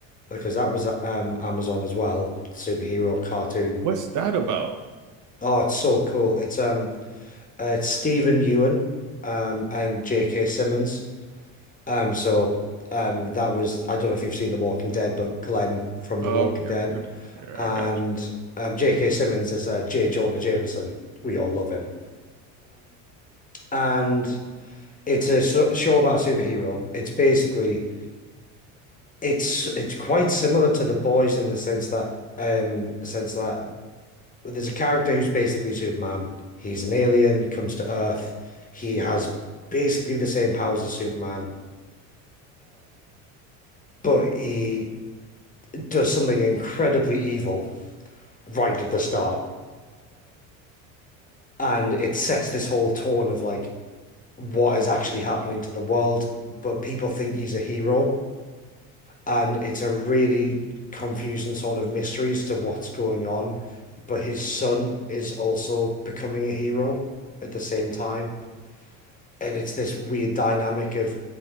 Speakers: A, on the left; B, on the right.
A: because that was um Amazon as well, superhero cartoon
B: what's that about?
A: Oh, it's so cool. It's um uh, it's Stephen Ewan um and J.K. Simmons. Um so um that was I don't know if you've seen The Walking Dead, but Glenn from The
B: Oh,
A: Walking
B: okay,
A: Dead.
B: okay, okay. okay,
A: And
B: I got
A: um J.K. Simmons is uh J. Jonah Jameson. We all love him. And it's a so- show about a superhero. It's basically it's it's quite similar to The Boys in the sense that um sense that there's a character who's basically Superman. He's an alien, comes to Earth. He has basically the same powers as Superman, but he does something incredibly evil right at the start. And it sets this whole tone of like what is actually happening to the world, but people think he's a hero. And it's a really confusing sort of mystery as to what's going on. But his son is also becoming a hero at the same time. and it's this weird dynamic of